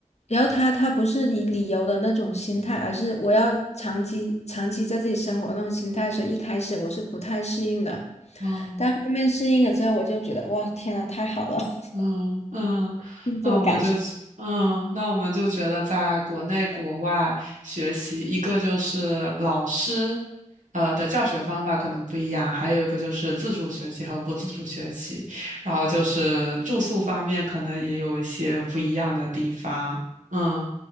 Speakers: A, on the left (about 60°); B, on the right (about 75°).
A: 然后他他不是以理由的那种心态，而是我要长期长期在这里生活那种心态，所以一开始我是不太适应的，
B: 嗯。
A: 但后面适应了之后，我就觉得哇，天呐，太好了，
B: 嗯嗯，
A: <laughs> 就是这种感受。
B: 那我们就嗯，那我们就觉得在国内国外学习，一个就是老师呃的教学方法可能不一样，还有一个就是自主学习和不自主学习，然后就是住宿方面可能也有一些不一样的地方。嗯，